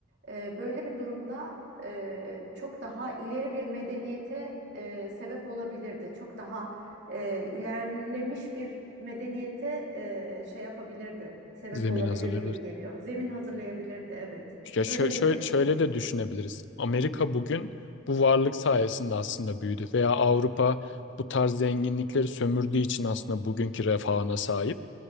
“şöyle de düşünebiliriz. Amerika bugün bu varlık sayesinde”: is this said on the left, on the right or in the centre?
Left